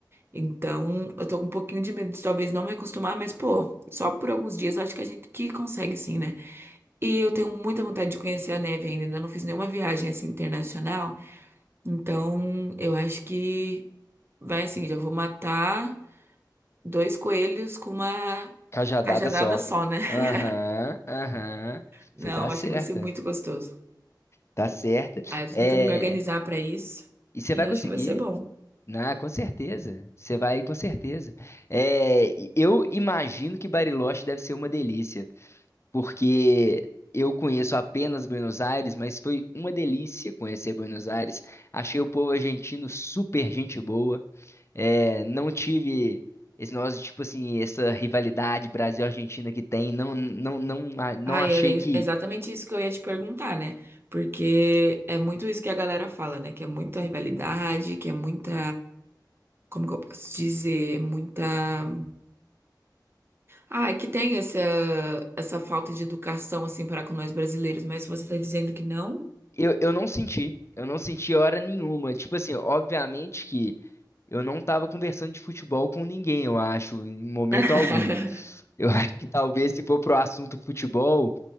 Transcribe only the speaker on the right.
então eu tô com um pouquinho de medo de talvez não me acostumar, mas pô, só por alguns dias eu acho que a gente que consegue sim, né? E eu tenho muita vontade de conhecer a neve ainda, ainda não fiz nenhuma viagem assim internacional, então eu acho que vai assim, já vou matar dois coelhos com uma
cajadada
só, né? <laughs>
Não,
acho que vai ser muito gostoso.
Aí eu tô
tentando me organizar pra isso
e
acho
que vai ser bom.
Ah,
e era ex-
exatamente isso que eu ia te perguntar, né? Porque é muito isso que a galera fala, né? Que é muita rivalidade, que é muita. Como que eu posso dizer? Muita. Ah, é que tem essa, essa falta de educação, assim, para com nós brasileiros, mas você tá dizendo que não?
<laughs>